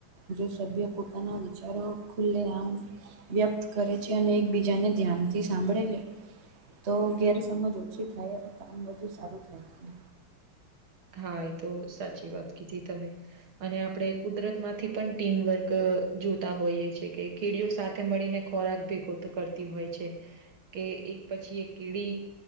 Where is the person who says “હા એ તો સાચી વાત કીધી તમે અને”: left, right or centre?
Right